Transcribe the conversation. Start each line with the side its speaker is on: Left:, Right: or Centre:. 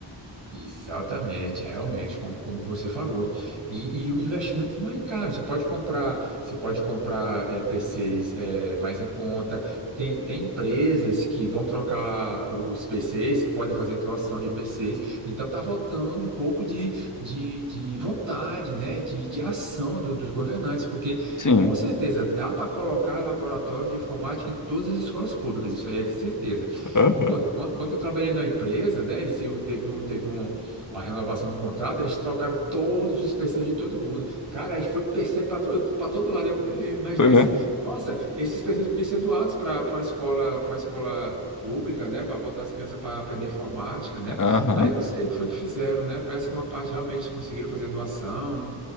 Right: Exatamente, realmente, como, como você falou. E, e o investimento não é caro. Você pode comprar, você pode comprar eh, PCs eh, mais em conta. Tem, tem empresas que vão trocar os PCs, que podem fazer doação de PCs. Então está voltando um pouco de, de, de vontade, né? De, de ação do- dos governantes, porque
Left: Sim.
Right: com certeza dá para colocar laboratório de informática em todas as escolas públicas, isso aí é certeza.
Left: Aham.
Right: Quando, quando, quando eu trabalhei na empresa, né, eles iam- teve um, teve um, uma renovação do contrato, eles trocaram todos os PCs de todo mundo. Cara, aí foi PC para todo, para todo lado. Eu eu imaginei
Left: Foi mesmo?
Right: assim, nossa, esses PCs podiam ser doados para uma escola, para uma escola pública, né, para botar as crianças para aprender informática, né?
Left: Aham.
Right: Aí eu não sei o que foi que fizeram, né? Parece que uma parte realmente eles conseguiram fazer doação,